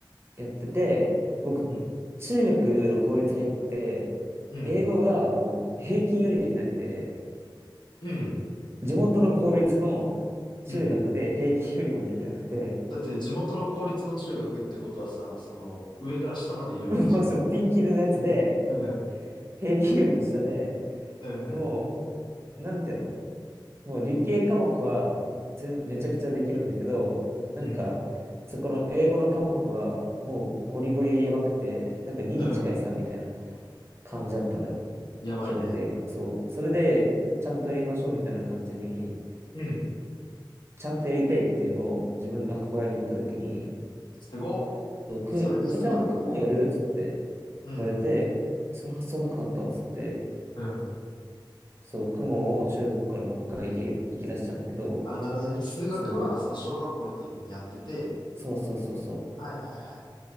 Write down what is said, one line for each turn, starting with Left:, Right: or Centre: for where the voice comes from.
Right: やってて、僕、
Left: うん、
Right: 中学の公立入って、
Left: うん、
Right: 英語がもう平均よりできなくて、
Left: うん、
Right: 地元の公立の中学で平均よりもできなくて、
Left: うん、うん。だって、地元の公立の中学ってことはさ、その、上から下までいるわけじゃん。
Right: もうそうピンキリのやつで、
Left: うん、
Right: 平均よりも下で、
Left: うん、
Right: も
Left: うん。
Right: う、なんていうの、もう理系科目は全、めちゃくちゃできるんだけど、なんか、
Left: うん、
Right: そこの英語の科目はもうゴリゴリやばくて、なんか2に近い3みたいな
Left: うん、
Right: 感じだったのよ。
Left: やばいね。
Right: 評定が。そう。それで、ちゃんとやりましょうみたいな感じに、
Left: うん。
Right: ちゃんとやりたいっていうのを自分の母親に言ったときに、
Left: すごっ。
Right: そうく、
Left: それがすごいわ。
Right: え、じゃあ、公文やるっつって
Left: うん
Right: 言われて、その発想なかったわっつって、
Left: うん。
Right: そう、公文を中学からもう一回行き、行き出したんだけど、
Left: あ、なるほどね。数学は、
Right: そう、
Left: その小学校の時にやってて、
Right: そうそうそうそう。
Left: はいはいはい。